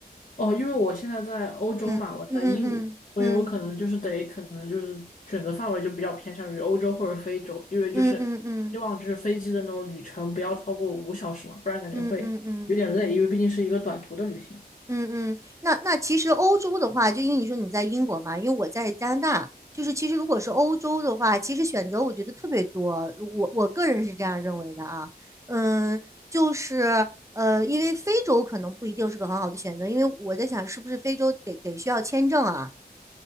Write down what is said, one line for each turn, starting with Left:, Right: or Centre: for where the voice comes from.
Left: 哦，因为我现在在欧洲嘛，
Right: 嗯嗯嗯嗯
Left: 我在英国，所以我可能就是得，可能就是选择范围就比较偏向于欧洲或者非洲，因为就是希望就是飞机的那种旅程不要超过五小时嘛，
Right: 嗯嗯嗯嗯
Left: 不然感觉会有点累，
Right: 嗯嗯嗯嗯。嗯嗯嗯
Left: 因为毕竟是一个短途的旅行。
Right: 嗯嗯，那那其实欧洲的话，就因为你说你在英国嘛，因为我在加拿大，就是其实如果是欧洲的话，其实选择我觉得特别多，我我个人是这样认为的啊，嗯，就是呃，因为非洲可能不一定是个很好的选择，因为我在想是不是非洲得得需要签证啊